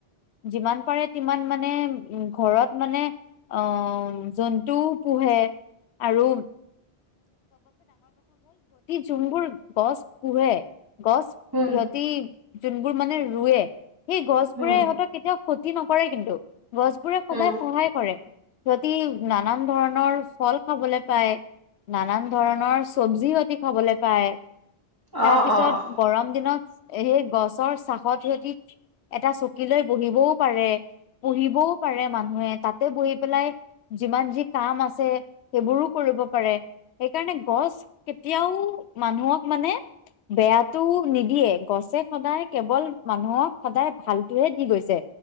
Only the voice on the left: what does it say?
যিমান পাৰে তিমান মানে উ ঘৰত মানে অ জন্তুও পোহে আৰু জুম্বুৰ গছ পোহে। গছ
সহতি যোনবোৰ মানে ৰুৱে। সেই গছ
বোৰে সহঁতক কেতিয়াও ক্ষতি নকৰেই কিন্তু। গছবোৰে সদায়
সহায় কৰে। যদি নানান ধৰণৰ ফল খাবলৈ পায়। নানান ধৰণৰ চব্জিও আতি খাবলৈ পায়।
তাৰপিছত
গৰম দিনত সেই গছৰ চাহত সিহতি এটা চকী লৈ বহিবও পাৰে, পুহিবও পাৰে মানুহে তাতে বহি পেলাই যিমান যি কাম আছে সেইবোৰো কৰিব পাৰে। সেইকাৰণে গছ কেতিয়াও মানুহক মানে বেয়াটো নিদিয়ে গছে সদায় কেৱল মানুহক সদায় ভালটোহে দি গৈছে।